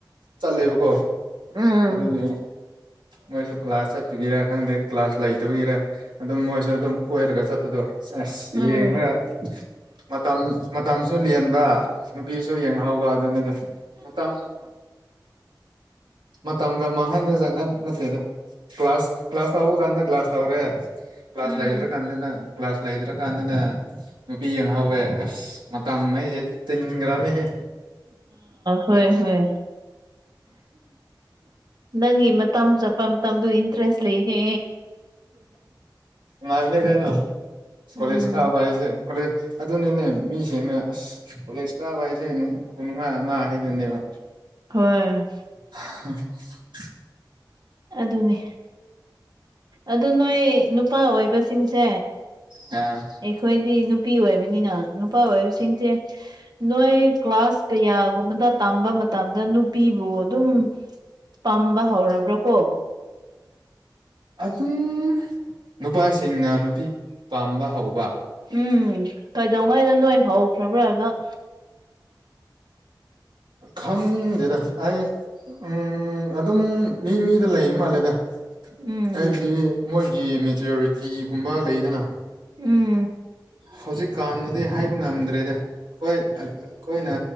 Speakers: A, on the right (about 85°); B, on the right (about 60°).
A: ꯆꯠꯂꯦꯕꯀꯣ
B: ꯎꯝ
A: ꯑꯗꯨꯒꯤ ꯃꯣꯏꯁꯨ ꯀ꯭ꯂꯥꯁ ꯆꯠꯄꯒꯤꯔꯥ ꯈꯪꯗꯦ ꯀ꯭ꯂꯥꯁ ꯂꯩꯇꯕꯒꯤꯔꯥ ꯑꯗꯨꯝ ꯃꯣꯏꯁꯨ ꯑꯗꯨꯝ ꯀꯣꯏꯔꯒ ꯆꯠꯄꯗꯣ ꯁꯦꯁ
B: ꯎꯝ
A: ꯌꯦꯡꯔꯒ ꯃꯇꯝ-ꯃꯇꯝꯁꯨ ꯂꯦꯟꯕ ꯅꯨꯄꯤꯁꯨ ꯌꯦꯡꯍꯧꯕ ꯑꯗꯨꯅꯤꯗ ꯃꯇꯝ ꯃꯇꯝꯒ ꯃꯥꯡꯍꯟꯕꯖꯥꯠ ꯅꯠ-ꯅꯠꯇꯦꯗ ꯀ꯭ꯂꯥꯁ-ꯀ꯭ꯂꯥꯁ ꯇꯧꯕꯀꯥꯟꯗ ꯀ꯭ꯂꯥꯁ ꯇꯧꯔꯦ ꯀ꯭ꯂꯥꯁ
B: ꯎꯝ
A: ꯂꯩꯇꯔꯀꯥꯟꯗꯅ ꯀ꯭ꯂꯥꯁ ꯂꯩꯗ꯭ꯔꯀꯥꯟꯗꯅ ꯅꯨꯄꯤ ꯌꯦꯡꯍꯥꯎꯋꯦ ꯑꯁ ꯃꯇꯝ ꯑꯩꯖꯦ ꯇꯤꯡꯒꯔ꯭ꯝꯅꯤꯍꯦ
B: ꯍꯣꯏ-ꯍꯣꯏ ꯅꯪꯒꯤ ꯃꯇꯝ ꯆꯠꯄ ꯃꯇꯝꯗꯨ <unintelligible> ꯂꯩꯔꯦ
A: ꯅꯨꯡꯉꯥꯏꯕꯅꯤ ꯀꯩꯅꯣ ꯀꯣꯂꯦꯖ
B: ꯎꯝ
A: ꯀꯥꯕ ꯍꯥꯏꯁꯦ ꯀꯣꯂꯦꯖ ꯑꯗꯨꯅꯤꯅꯦ ꯃꯤꯁꯤꯡꯅ ꯑꯁ ꯀꯣꯂꯦꯖ ꯀꯥꯕ ꯍꯥꯏꯁꯦ ꯅꯨꯡ ꯈꯨꯅꯨꯡꯑꯥꯏ ꯑꯃ ꯍꯥꯏꯗꯨꯅꯦꯕ
B: ꯍꯣꯏ
A: <unintelligible>
B: ꯑꯗꯨꯅꯦ ꯑꯗꯨ ꯅꯣꯏ ꯅꯨꯄꯥ ꯑꯣꯏꯕꯁꯤꯡꯁꯦ
A: ꯑ
B: ꯑꯩꯈꯣꯏꯗꯤ ꯅꯨ ꯄꯤ ꯑꯣꯏꯕꯅꯤꯅ ꯅꯨꯄꯥ ꯑꯣꯏꯕꯁꯤꯡꯁꯦ ꯅꯣꯏ ꯀ꯭ꯂꯥꯁ ꯀꯌꯥꯒꯨꯝꯕꯗ ꯇꯝꯕ ꯃꯇꯝꯗ ꯅꯨꯄꯤꯕꯨ ꯑꯗꯨꯝ ꯄꯥꯝ ꯕꯍꯧꯔꯕꯔꯀꯣ
A: ꯑꯗꯨꯝ ꯅꯨꯄꯥꯁꯤꯡꯅ ꯅꯨꯄꯤ ꯄꯥꯝꯕ ꯍꯧꯕ
B: ꯎꯝ ꯀꯩꯗꯧꯉꯩꯗ ꯅꯣꯏ ꯍꯧꯈ꯭ꯔꯕ꯭ꯔꯥ ꯗꯨꯝ
A: ꯈꯪꯗꯦꯗ ꯑꯩ ꯎꯝ ꯑꯗꯨꯝ ꯃꯤ-ꯃꯤꯗ ꯂꯩ ꯃꯥꯜꯂꯦꯗ
B: ꯎꯝ
A: ꯍꯥꯏꯕꯗꯤ ꯃꯣꯏꯒꯤ ꯃꯤꯖꯣꯔꯤꯇꯤꯒꯨꯝꯕ ꯂꯩꯗꯅ
B: ꯎꯝ
A: ꯍꯧꯖꯤꯛꯀꯥꯟꯕꯨꯗꯤ ꯍꯥꯏꯕ ꯉꯝꯗ꯭ꯔꯦꯗ ꯑꯈꯣꯏ ꯑ-ꯑꯩꯈꯣꯏꯅ